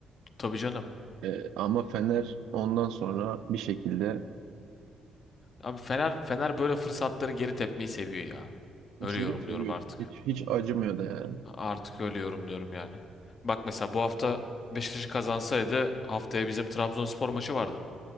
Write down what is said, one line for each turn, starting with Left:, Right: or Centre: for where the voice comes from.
Left: Tabii canım.
Right: E, ama Fener ondan sonra bir şekilde
Left: Abi Fener Fener böyle fırsatları geri tepmeyi seviyor ya. Öyle
Right: seviyor
Left: yorumluyorum
Right: seviyor.
Left: artık.
Right: Hiç, hiç acımıyor da yani.
Left: Artık öyle yorumluyorum yani. Bak mesela bu hafta Beşiktaş kazansaydı haftaya bizim Trabzonspor maçı vardı.